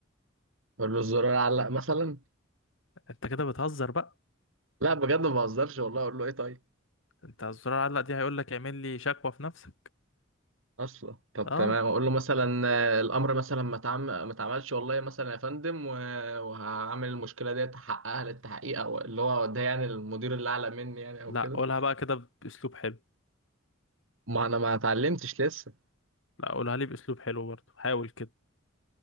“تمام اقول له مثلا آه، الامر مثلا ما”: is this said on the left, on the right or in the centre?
Right